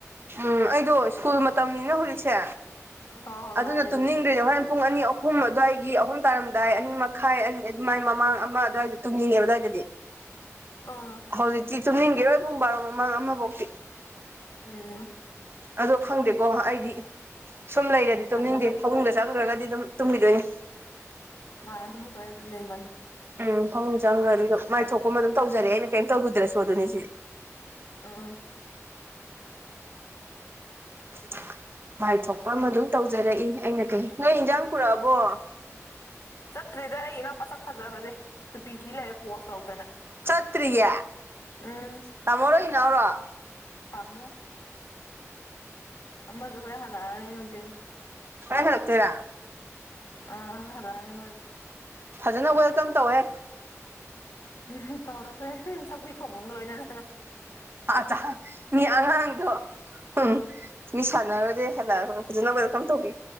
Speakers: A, on the right (about 45°); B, on the left (about 75°).
A: ꯎꯝ ꯑꯩꯗꯣ ꯁ꯭ꯀꯨꯜ ꯃꯇꯝꯅꯤꯅ ꯍꯧꯖꯤꯛꯁꯦ
B: ꯍꯣꯏ ꯍꯣꯏ
A: ꯑꯗꯨꯅ
B: ꯃꯥꯅꯦ
A: ꯇꯨꯝꯅꯤꯡꯗ꯭ꯔꯤꯅꯦ
B: ꯑꯗꯨ
A: ꯍꯣꯔꯦꯟ ꯄꯨꯡ ꯑꯅꯤ ꯑꯍꯨꯝ ꯑꯗꯨꯋꯥꯏꯒꯤ ꯑꯍꯨꯝ ꯇꯥꯔꯝꯗꯥꯏ ꯑꯅꯤ ꯃꯈꯥꯏ ꯑꯅꯤ ꯃꯥꯏ ꯃꯃꯥꯡ ꯑꯃ ꯑꯗꯨꯋꯥꯏꯗꯗꯤ ꯇꯨꯝꯅꯤꯡꯉꯦꯕ ꯑꯗꯨꯋꯥꯏꯗꯗꯤ
B: ꯑꯥ
A: ꯍꯧꯖꯤꯛꯇꯤ ꯇꯨꯝꯅꯤꯡꯒꯤꯔꯣꯏ ꯄꯨꯡ ꯕꯥꯔꯣ ꯃꯃꯥꯡ ꯑꯃꯕꯧꯛꯇꯤ
B: ꯎꯝ
A: ꯑꯗꯣ ꯈꯪꯗꯦꯀꯣ ꯑꯩꯗꯤ ꯁꯨꯝ ꯂꯩꯔꯗꯤ
B: ꯇꯝꯕ
A: ꯇꯨꯝꯅꯤꯡꯗꯦ ꯐꯃꯨꯡꯗ ꯆꯪꯈ꯭ꯔꯒꯗꯤ ꯑꯗꯨꯝ ꯇꯨꯝꯒꯤꯗꯣꯏꯅꯦ
B: ꯃꯥꯟꯅꯦ ꯐꯃꯨꯡ ꯀꯥꯈꯠꯂꯗꯤ ꯇꯨꯝꯅꯤꯡꯅꯕꯅꯤ
A: ꯎꯝ ꯐꯝꯃꯨꯡ ꯆꯪꯈ꯭ꯔꯗꯤ ꯑꯩꯁꯨ ꯃꯥꯏ ꯊꯣꯛꯄ ꯑꯃ ꯑꯗꯨꯝ ꯇꯧꯖꯔꯛꯑꯦ ꯑꯩꯅ ꯀꯩꯝ ꯇꯧꯔꯨꯗ꯭ꯔꯁꯨ ꯑꯗꯨꯅꯤ ꯁꯤꯗꯤ
B: ꯎꯝ
A: <inaudible> ꯃꯥꯏ ꯊꯣꯛꯄ ꯑꯃ ꯑꯗꯨꯝ ꯇꯧꯖꯔꯛꯏ ꯑꯩꯅ ꯀꯩ ꯅꯣꯏ ꯏꯟꯖꯥꯡ ꯄꯨꯔꯛꯑꯕꯣ
B: ꯆꯠꯇ꯭ꯔꯤꯗ ꯑꯩ ꯏꯅꯥꯎꯄꯥ ꯁꯛ ꯐꯖꯕꯁꯦ ꯇꯨꯄꯤ ꯊꯤ ꯂꯩꯔꯦ ꯄꯣꯁ ꯇꯧꯗꯅ
A: ꯆꯠꯇ꯭ꯔꯤꯌꯦ
B: ꯎꯝ
A: ꯇꯝꯃꯣꯔꯣ ꯏꯅꯥꯎꯔꯣ
B: ꯇꯥꯃꯣ ꯑꯃꯖꯨ ꯍꯣꯔꯦꯟ ꯍꯜꯂꯛꯑꯅꯤ ꯅꯨꯡꯗꯤꯟ
A: ꯍꯣꯔꯦꯟ ꯍꯂꯛꯇꯣꯏꯔꯥ
B: ꯑꯥ ꯍꯣꯔꯦꯟ ꯍꯜꯂꯛꯑꯥꯅꯤ ꯑꯃꯖꯨ
A: ꯐꯖꯅ ꯋꯦꯜꯀꯝ ꯇꯧꯍꯦ
B: ꯎꯝ ꯇꯧꯔꯥꯗꯣꯏꯟ ꯁꯧꯒ꯭ꯔꯤ ꯊꯣꯡꯕ ꯑꯃꯒ ꯂꯣꯏꯅꯅ
A: ꯑꯆꯥ ꯃꯤ ꯑꯉꯥꯡꯗ ꯎꯝ ꯃꯤ ꯁꯥꯟꯅꯔꯨꯕꯗꯒꯤ ꯍꯥꯜꯂꯛ ꯑꯒ ꯐꯖꯟꯅ ꯋꯦꯜꯀꯝ ꯇꯧꯕꯤꯌꯨ